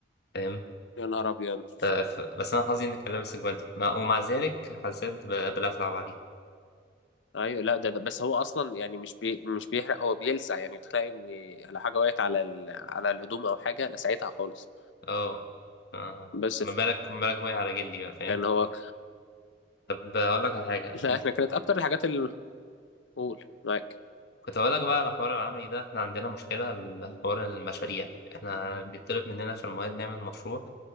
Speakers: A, on the left (about 60°); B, on the left (about 80°).
A: فاهم
B: يا نهار ابيض
A: ف- ف- بس أنا حظي إني كان لابس الجواندي مع- ومع ذلك حسيت ب- بلسعة بعديها
B: ايوه لا ده, ده بس هو اصلا يعني مش بي مش بيحرق هو بيلسع يعني تلاقي ان لو حاجه وقعت على ال... على الهدوم او حاجه لسعتها خالص
A: اه آه.
B: بس
A: ما
B: ف...
A: بالك ما بالك وقع على جلي بقى فاهم
B: يعني هو
A: طب هقول لك على حاجه
B: لا
A: انت
B: احنا كانت اكتر الحاجات اللي قول معاك
A: كنت هقول لك بقى على حوار العملي ده احنا عندنا مشكله لحوار المشاريع احنا بيطلب مننا في المواد نعمل مشروع